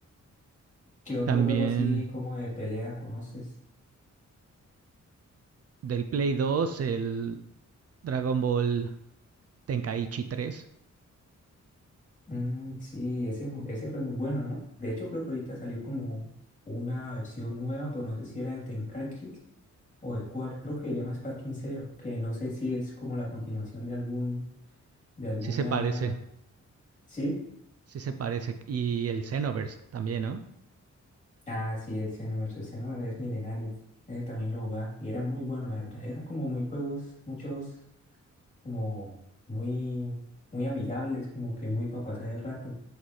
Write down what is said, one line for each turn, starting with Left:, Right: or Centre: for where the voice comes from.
Left: ¿Qué otro
Right: también
Left: juego así como de pelea conoces?
Right: del Play 2, el Dragon Ball Tenkaichi 3.
Left: Mm, sí, ese, es mu- ese fue muy bueno, ¿no? De hecho, creo que ahorita salió como una versión nueva, pero no sé si era el Tenkaichi o de cuál. Creo que se llama Sparking Zero, que no sé si es como la continuación de algún, de alguna...
Right: Sí se parece,
Left: ¿Sí?
Right: sí se parece. Y el Xenoverse también, ¿no?
Left: Ah, sí, el Xenoverse. El Xenoverse es milenario. Ese también lo jugaba y era muy bueno, la verdad. Eran como muy juegos, muchos como muy, muy amigables, como que muy para pasar el rato.